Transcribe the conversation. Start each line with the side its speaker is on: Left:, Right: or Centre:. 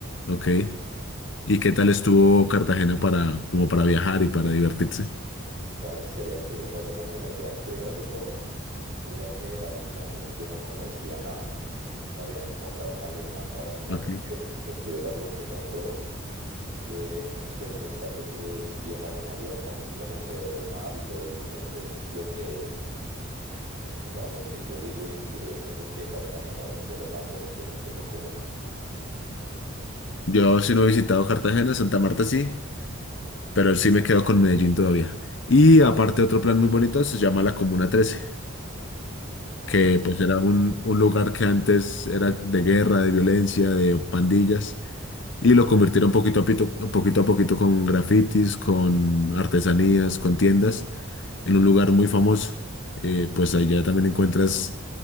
Left: Ok. ¿Y qué
Right: Es
Left: tal
Right: que,
Left: estuvo Cartagena para, como para viajar y para divertirse?
Right: ush, pa, excelente, o sea, yo no conocía, primero que todo. Yo viajé hace un año y yo no conocía nada. No había ni montado en avión hasta hace un año
Left: Ok.
Right: que pues tuve la oportunidad y todo. Pude experimentar lo que es viajar en avión, también conocer el mar y todo eso. Entonces, lo que, o sea, lo que yo digo y seguiré diciendo es que Cartagena es de lo más bonito que tiene Colombia.
Left: Yo sí no he visitado Cartagena, Santa Marta sí, pero sí me quedo con Medellín todavía. Y aparte otro plan muy bonito se llama la Comuna 13,
Right: Ah,
Left: que
Right: sí, sí,
Left: pues era un, un lugar que antes era de guerra, de violencia, de pandillas. Y lo convirtieron poquito a pito- poquito a poquito con grafitis, con artesanías, con tiendas, en un lugar muy famoso. Eh, pues allá también encuentras